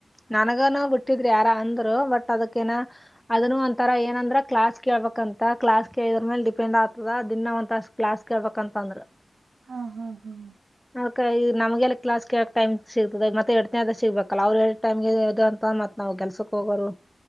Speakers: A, in the centre; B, on the right (about 85°).
A: ನನಗನ ಬಿಟ್ಟಿದ್ರಿ ಯಾರ ಅಂದ್ರು ಬಟ್ ಅದಕ್ಕ ಏನ ಅದನ್ನು ಒಂತರ ಏನಂದ್ರ ಕ್ಲಾಸ್ ಕೇಳ್ಬಂತ ಕ್ಲಾಸ್ ಕೇಳಿದ್ರ ಮೇಲ್ ಡಿಪೆಂಡ್ ಆಗ್ತದ ದಿನ್ನ ಒಂತ ತಾಸ್ ಕ್ಲಾಸ್ ಕೇಳ್ಬಂತ ಅಂದ್ರ
B: ಹಾ ಹಾ ಹಾ್
A: ಅದ ಈ ನಮ್ಗೆಲ್ಲ ಕ್ಲಾಸ್ಗೆಕ್ ಟೈ್ ಸಿಗ್ತದೆ ಮತ್ತೆ ಎಡನೇದ ಸಿಗ್ಬೇಕಲ್ಲ ಅವರು ಟೈಮ್ ಇದು ಅಂತತ್ತ ನಾವು ಕೆಲ್ಸಕ್ಕೆ ಹೋಗೋರು